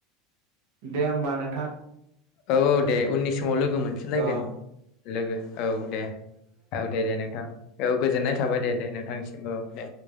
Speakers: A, on the right; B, on the left.
A: दे होमबा नोंथां
B: औ औ दे उननिसिम फुङाव लोगो मोनफिनलायगोन
A: औ
B: लोगो औ दे औ दे दे नोंथां औ गोजोननाय थाबाय दे दे नोंथांनिसिमबो औ दे